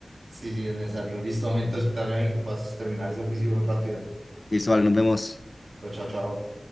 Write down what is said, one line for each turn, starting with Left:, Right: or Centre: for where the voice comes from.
Right: Sí, sí, es necesario. Listo, momento, estar ahí que puedas terminar ese oficio rápido.
Left: Listo, vale, nos vemos.
Right: Chao, chao.